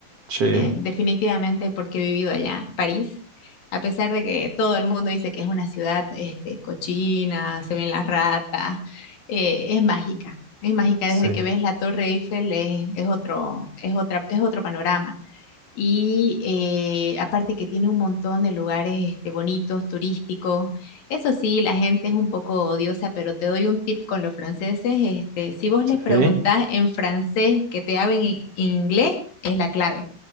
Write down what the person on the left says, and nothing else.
definitivamente porque he vivido allá, París. A pesar de que todo el mundo dice que es una ciudad este, cochina, se ven las ratas, eh, es mágica. Es mágica
desde que ves la Torre Eiffel, es, es otro, es otra, es otro panorama. y eh, aparte que tiene un montón de lugares este, bonitos, turísticos. Eso sí, la gente es un poco odiosa, pero te doy un tip con los franceses. Este, si vos
les preguntás en francés que te hablen en inglés, es la clave.